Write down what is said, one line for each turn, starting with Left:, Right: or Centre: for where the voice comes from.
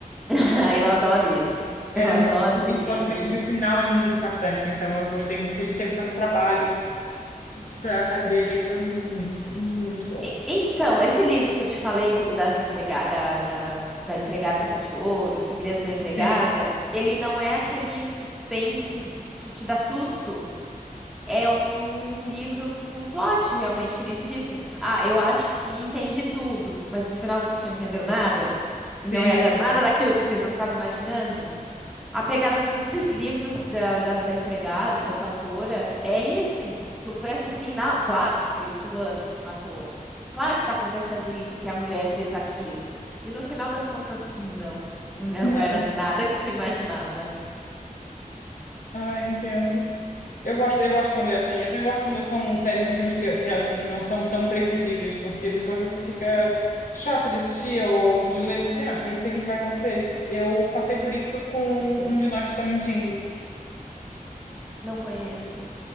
Centre: <laughs> Eu adoro isso.
Left: Era
Centre: Eu adoro
Left: mu- muito
Centre: esse tipo
Left: plot twists
Centre: de.
Left: e o final é muito impactante. Então eu gostei muito. A gente teve que fazer um trabalho para a cadeira e foi muito, muito bom.
Centre: E- Então, esse livro que eu te falei do, das empregada, da, da empregada está de olho, o segredo da empregada,
Left: Sim.
Centre: ele não é aquele suspense que te dá susto. É um livro com plot, realmente, que nem tu disse. Ah, eu acho que entendi tudo, mas no final tu não entendeu nada. E não
Left: Sim,
Centre: era
Left: eu gosto.
Centre: nada daquilo que tu estava imaginando. A pegada desses livros da, da, da empregada, dessa autora, é esse. Tu pensa assim, não, claro que foi o fulano que matou. Claro que tá acontecendo isso, que a mulher fez aquilo. E no final das contas, não. Não
Left: Não.
Centre: era nada que tu imaginava.
Left: Ah, entendo. Eu gosto, eu gosto quando é assim. Eu também gosto quando são séries e filmes que, que é assim, que não são tão previsíveis, porque depois você fica chato de assistir ou de ler, porque ah, eu já sei o que que vai acontecer. Eu passei por isso com Um de Nós Está Mentindo.
Centre: Não conheço.